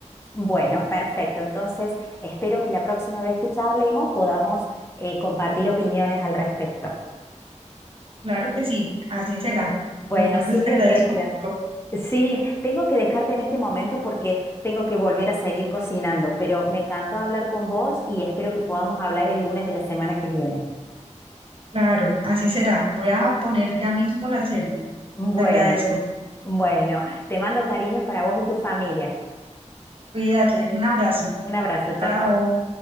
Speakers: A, on the left; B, on the right.
A: Bueno, perfecto. Entonces, espero que la próxima vez que charlemos podamos eh, compartir opiniones al respecto.
B: Claro que sí, así será.
A: Bueno,
B: Entonces
A: Silvia
B: te agradezco
A: querida,
B: mucho.
A: sí, tengo que dejarte en este momento porque tengo que volver a seguir cocinando, pero me encantó hablar con vos y espero que podamos hablar el lunes de la semana que viene.
B: Claro, así será. Voy a poner ya mismo la serie.
A: Bueno,
B: Te agradezco.
A: bueno, te mando cariños para vos y tu familia.
B: Cuídate, un abrazo.
A: Un abrazo, chao,
B: Chao.
A: chao.